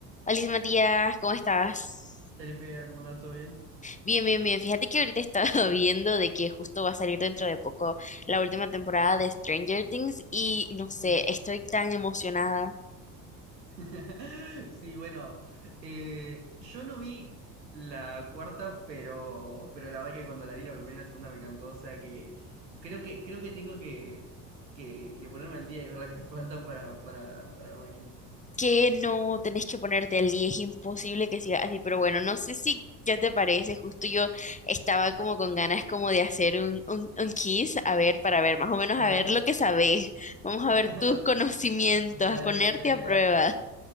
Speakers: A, on the left; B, on the right.
A: Alice Matías, ¿cómo estás?
B: Jennifer, ¿cómo andás? ¿Todo bien?
A: Bien, bien, bien. Fíjate que ahorita he estado <laughs> viendo de que justo va a salir dentro de poco la última temporada de Stranger Things y no sé,
B: Sí.
A: estoy tan emocionada
B: <laughs> Sí, bueno, eh, yo no vi la cuarta, pero, pero la verdad que cuando la vi la primera y la segunda me encantó, o sea que creo que, creo que tengo que, que, que ponerme al día y ver la que <laughs> me faltan para, para, para ver la quinta.
A: que no tenés que ponerte al día, es imposible que siga así, pero bueno, no sé si ya te parece, justo yo estaba como con ganas como de hacer un, un, un quiz, a ver, para ver, más o menos
B: Dale.
A: a ver lo que sabés, vamos a
B: <laughs>
A: ver tus conocimientos,
B: Dale,
A: a ponerte
B: dale, dale,
A: a
B: dale.
A: prueba.